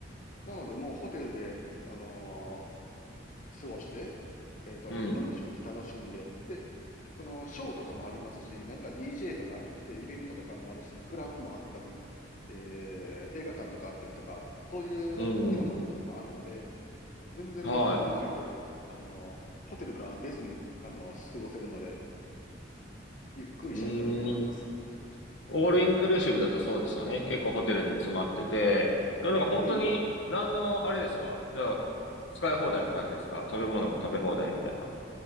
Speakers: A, on the left; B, on the left.
A: なのでもうホテルで、あのー過ごして、えっと、
B: うん。
A: いろんな食事楽しんで、で、その、ショーとかもありますし、なんか DJ とか来てイベントとかもあるし、クラブもあったり、えー映画館とかあったりとか、そういう大きなホテルとかもあるので、
B: うん。
A: 全然もうホテル内で、
B: は
A: あの、ホテルから出ずに、あの、過ごせるので、ゆっくりした人にはいいと思います。
B: い。うーん。オールインクルーシブだとそうですよね。結構ホテルに詰まってて。なんか本当に、
A: うん。
B: 何でもあれですかだから使い放題って感じですか食べ物も食べ放題みたいな。